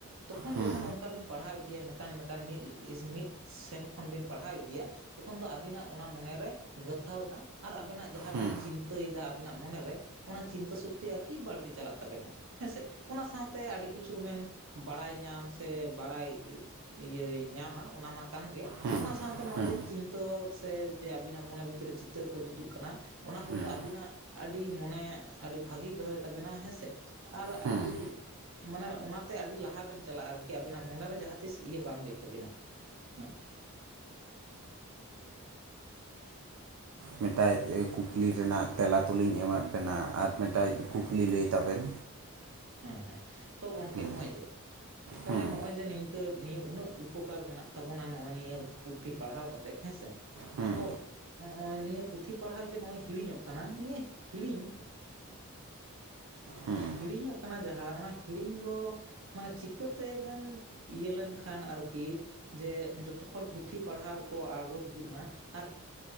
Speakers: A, on the right; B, on the right.
A: ᱛᱚᱠᱷᱚᱱ
B: ᱦᱩᱸ
A: ᱡᱚᱠᱷᱚᱱ ᱚᱱᱠᱟ ᱵᱤᱱ ᱯᱟᱲᱦᱟᱣ ᱤᱫᱤᱭᱟ ᱢᱤᱴᱟᱝ ᱢᱤᱴᱟᱝ ᱢᱤᱫ ᱢᱤᱫ ᱥᱮᱱ ᱠᱷᱚᱱ ᱵᱤᱱ ᱯᱟᱲᱦᱟᱣ ᱤᱫᱤᱭᱟ ᱛᱚᱠᱷᱚᱱ ᱫᱚ ᱟᱵᱤᱱᱟᱜ ᱚᱱᱟ ᱢᱚᱱᱮ ᱨᱮ ᱜᱩᱛᱷᱟᱹᱣ ᱮᱱᱟ ᱟᱨ ᱟᱵᱤᱱᱟᱜ ᱡᱟᱦᱟᱸ
B: ᱦᱩᱸ
A: ᱵᱤᱱ
B: ᱦᱩᱸ ᱦᱮᱸ
A: ᱪᱤᱱᱛᱟᱹᱭᱮᱫᱟ ᱟᱵᱤᱱᱟᱜ ᱢᱚᱱᱮ ᱨᱮ ᱚᱱᱟ ᱪᱤᱱᱛᱟᱹ ᱥᱚᱠᱛᱤ ᱟᱨᱠᱤ ᱵᱟᱹᱲᱛᱤ ᱪᱟᱞᱟᱜ ᱛᱟᱵᱮᱱᱟ ᱦᱮᱸᱥᱮ ᱚᱱᱟ ᱥᱟᱶᱛᱮ ᱟᱹᱰᱤ ᱠᱤᱪᱷᱩ ᱢᱮᱱ ᱵᱟᱲᱟᱭ ᱧᱟᱢ ᱥᱮ ᱵᱟᱲᱟᱭ ᱤᱭᱟᱹᱭ ᱧᱟᱢᱟ ᱚᱱᱟ ᱢᱟ ᱠᱟᱱ ᱜᱮ
B: ᱦᱩᱸ
A: ᱚᱱᱟ ᱥᱟᱶᱛᱮ ᱱᱚᱜ-ᱚᱭ
B: ᱦᱩᱸ
A: ᱡᱮ
B: ᱦᱩᱸ
A: ᱪᱤᱱᱛᱟᱹ ᱥᱮ ᱡᱮ ᱟᱵᱤᱱᱟᱜ ᱢᱚᱱᱮ ᱵᱷᱤᱛᱨᱤ ᱨᱮ ᱪᱤᱛᱟᱹᱨ ᱠᱚ ᱡᱩᱛᱩᱜ ᱠᱟᱱᱟ ᱚᱱᱟ ᱠᱚ
B: ᱦᱩᱸ
A: ᱟᱵᱤᱱᱟᱜ ᱟᱹᱰᱤ ᱢᱚᱱᱮ ᱟᱹᱰᱤ ᱵᱷᱟᱹᱜᱤᱭ ᱫᱚᱦᱚᱭ ᱛᱟᱵᱮᱱᱟ ᱦᱮᱸᱥᱮ ᱟᱨ
B: ᱦᱩᱸ
A: ᱟᱹᱰᱤ ᱢᱟᱱᱮ ᱚᱱᱟᱛᱮ ᱟᱹᱰᱤ ᱞᱟᱦᱟ ᱵᱮᱱ ᱪᱟᱞᱟᱜ-ᱟ ᱟᱨᱠᱤ ᱟᱵᱤᱱᱟᱜ ᱢᱚᱱᱮᱨᱮ ᱡᱟᱦᱟᱸ ᱛᱤᱥ ᱤᱭᱟᱹ ᱵᱟᱝ ᱦᱩᱭᱩᱜ ᱛᱟᱵᱤᱱᱟ ᱦᱮᱸ
B: ᱢᱤᱫᱴᱮᱡ ᱠᱩᱠᱞᱤ ᱨᱮᱱᱟᱜ ᱛᱮᱞᱟ ᱛᱞᱤᱧ ᱮᱢᱟᱫ ᱵᱮᱱᱟ ᱟᱨ ᱢᱤᱫᱴᱮᱡ
A: ᱦᱮᱸ
B: ᱠᱩᱠᱞᱤ ᱞᱟᱹᱭ ᱛᱟᱵᱮᱱ
A: ᱦᱮᱸ ᱦᱮᱸ ᱛᱚ ᱜᱚᱝᱠᱮ
B: ᱦᱩᱸ
A: ᱱᱚᱜ-ᱚᱭ ᱡᱮ ᱛᱟᱞᱦᱮ
B: ᱦᱩᱸ
A: ᱱᱚᱜ-ᱚᱭ ᱡᱮ ᱱᱤᱝᱠᱟᱹ ᱱᱤᱭᱟᱹ ᱩᱱᱟᱹᱜ ᱩᱯᱚᱠᱟᱨ ᱢᱮᱱᱟᱜ ᱛᱟᱵᱚᱱᱟ ᱱᱚᱜ-ᱚᱭ ᱱᱤᱭᱟᱹ ᱯᱩᱛᱷᱤ ᱯᱟᱲᱦᱟᱣ ᱠᱟᱛᱮᱫ ᱦᱮᱸ ᱥᱮ
B: ᱦᱩᱸ
A: ᱛᱚ ᱱᱚᱜ-ᱚᱭ ᱱᱤᱭᱟᱹ ᱯᱩᱛᱷᱤ ᱯᱟᱲᱦᱟᱣ ᱡᱮ ᱱᱚᱜ-ᱚᱭ ᱦᱤᱲᱤᱧᱚᱜ ᱠᱟᱱᱟ ᱱᱤᱭᱟᱹ ᱦᱤᱲᱤᱧ
B: ᱦᱩᱸ
A: ᱦᱤᱲᱤᱧᱚᱜ ᱠᱟᱱᱟ ᱡᱟᱦᱟᱸ ᱚᱱᱟ ᱦᱤᱲᱤᱧ ᱫᱚ ᱢᱟᱱᱮ ᱪᱤᱠᱟᱹ ᱛᱮᱵᱚᱱ ᱤᱭᱟᱹ ᱞᱮᱱᱠᱷᱟᱱ ᱟᱨᱠᱤ ᱡᱮ ᱡᱚᱛᱚ ᱦᱚᱲ ᱯᱩᱛᱷᱤ ᱯᱟᱲᱦᱟᱣ ᱨᱮᱠᱚ ᱟᱬᱜᱚ ᱦᱤᱡᱩᱜ ᱢᱟ ᱟᱨ